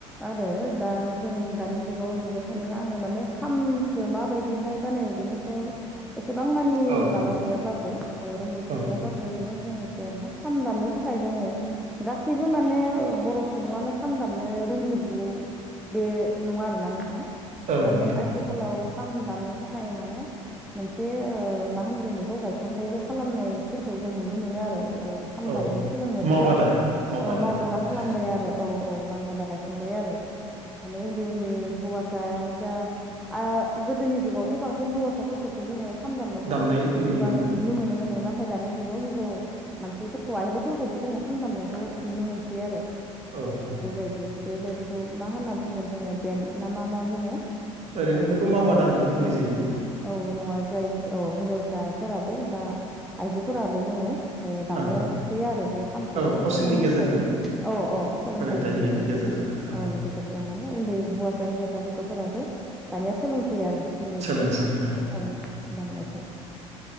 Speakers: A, in the centre; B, on the right (about 40°).
A: आरो दा जों दानि जुगाव नुबाय थानाय आङो माने खामखो माबायदि बिदिहाय बानायो बेनि सायाव एसेबां मानि
B: औ
A: माबा गैयाब्लाबो रोंगौथि
B: ओं
A: गैयाब्लाबो ओरैनो बुंनोसै आरोना? खाम दामनो थाखाय जोङो गासै गासैबो माने बर' सुबुङानो खाम दामनो रोंजोबगौ बे नङा आरोना नोंथां
B: ओं
A: माने
B: नोंथां
A: आथिखालाव
B: ओं
A: खाम दामनो थाखाय माने मोनसे मा होनगोन बेखौ गायसनथायाइबो खालामनायफोरखौ जों नुनो मोनो आरो हाम
B: औ
A: दामनो सोलोंनो
B: मावबादा
A: थाखाय औ मावबादा
B: खालामनाय
A: खालामबाय
B: ओं
A: आरो औ औ माइबादा गायसनबाय बाय आरो माने उन्दै उन्दै हौवायानो जा आरो गोदोनि जुगावथ' बांसिन हौवासाफोरखौसो जोङो खाम दामनायखौ
B: दामनाय नुयोमोन
A: गोबाङै नुनो मोनोमोन नोंना नाथाय दानि जुगाव हिनजाव मानसिफोरखौ आइजोफोरखौबो जोङो खाम दामनायखौ नुनो मोनसै आरो।
B: औ औ
A: बेबायदि बेबायदिखौ मा होनना बुंगोन जोङो बेन ना मा मा बुङो?
B: ओरैनो
A: औ
B: बेखौ
A: बे
B: मावबादा होननानै बुंनाय जायो
A: औ नङा जाय औ हिनजावसाफोराबो बा आइजोफोराबो जोङो दामनो
B: ओं
A: हासैयो आरो बे खामखौ
B: औ
A: माने
B: कचिंनि
A: लोंथाइ
B: गेजेरजों
A: औ औ सोलोंथाइनि
B: फोरोंथाइ होनायनि
A: गेजेरजों
B: ओं
A: औ गेजेरजों माने उन्दै हौवासा हजाव साथब गथफोराबो दानिया सोलोंसै आरो बेबायदि
B: सोलोंसै ओं
A: आं दाननायखौ।